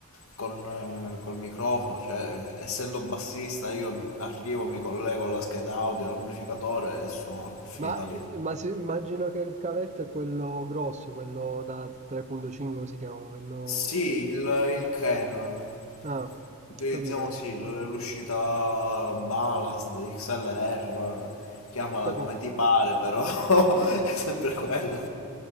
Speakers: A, on the left (about 75°); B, on the right (about 30°).
A: con, eh, col microfono, cioè essendo bassista io arrivo, mi collego alla scheda audio, all'amplificatore e suono, è finita
B: Ma,
A: lì.
B: eh, ma si- immagino che il cavetto è quello grosso, quello da 3.5 si chiama, quello...
A: Sì, il, il Canon.
B: Ah,
A: Utilizziamo
B: capito,
A: sì l- l'uscita Ballast, XLR, va- chiamala
B: capito.
A: come ti pare, però <laughs> è sempre quella.